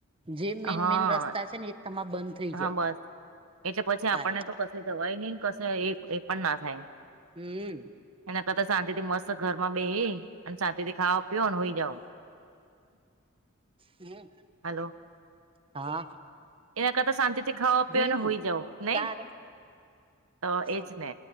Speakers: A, on the right; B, on the right.
A: જે મેન
B: હા
A: મેન રસ્તા છે ને એ તમારે બંધ થઈ
B: હા
A: જાય.
B: બસ એટલે પછી
A: તારે
B: આપણને તો કસે જવાય નહીને કસે એ એ પણ ના થાય.
A: હમ
B: એના કરતા શાંતિ થી મસ્ત ઘરમાં બેસી અને શાંતિ થી ખાવા પીઓ અને હુઈ જાવ.
A: હમ
B: હલો
A: હા
B: એના કરતા શાંતિ થી ખાવો પીવોને
A: હમ
B: હુય જાવ નય
A: તારે
B: તો
A: હા.
B: એજ ને